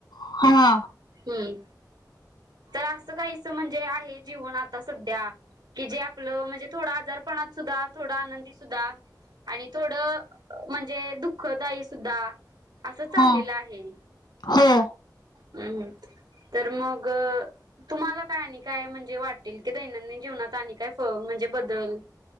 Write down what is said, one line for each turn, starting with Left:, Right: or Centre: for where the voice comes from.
Left: हा.
Right: हम्म. तर असं काहीसं... म्हणजे आहे... जीवन आता सध्या की जे आपलं... म्हणजे थोडं आजारपणात सुद्धा... थोडं आनंदी सुद्धा आणि थोडं... म्हणजे दुःखदायी सुद्धा... असं चाललेलं
Left: हा
Right: आहे
Left: हो.
Right: हम्म... तर मग तुम्हाला काय... आणि काय म्हणजे वाटेल... की दैनंदिन जीवनात आणि काय... फ... म्हणजे बदल?